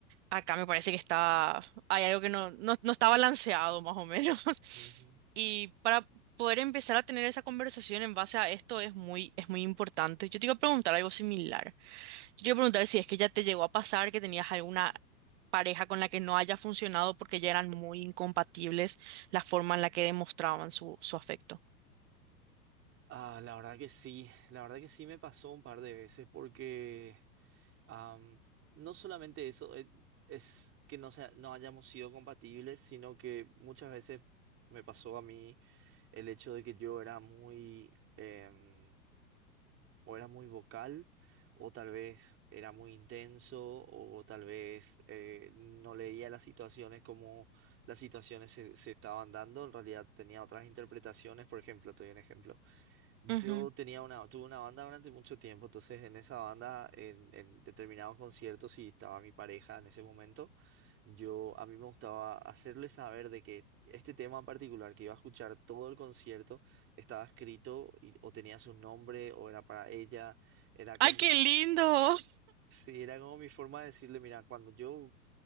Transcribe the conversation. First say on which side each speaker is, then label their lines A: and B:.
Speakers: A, on the right; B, on the right.
A: Acá me parece que está, hay algo que no, no, no está balanceado más o menos. <laughs>
B: Ujú.
A: Y para poder empezar a tener esa conversación en base a esto es muy, es muy importante. Yo te iba a preguntar algo similar. Yo te iba a preguntar si es que ya te llegó a pasar que tenías alguna pareja con la que no haya funcionado porque ya eran muy incompatibles la forma en la que demostraban su, su afecto.
B: Ah, la verdad que sí, la verdad que sí me pasó un par de veces porque am, no solamente eso eh, es que no, sea, no hayamos sido compatibles, sino que muchas veces me pasó a mí el hecho de que yo era muy... em, o era muy vocal, o tal vez era muy intenso, o tal vez eh, no leía las situaciones como las situaciones se, se estaban dando. En realidad tenía otras interpretaciones. Por ejemplo, te doy un ejemplo. Yo
A: Ujú.
B: tenía una, tuve una banda durante mucho tiempo, entonces en esa banda, en, en determinados conciertos, si estaba mi pareja en ese momento, yo a mí me gustaba hacerle saber de que este tema en particular que iba a escuchar todo el concierto estaba escrito y, o tenía su nombre o era para ella, era
A: ¡Ay,
B: como,
A: qué lindo!
B: <laughs> sí, era como mi forma de decirle, mira, cuando yo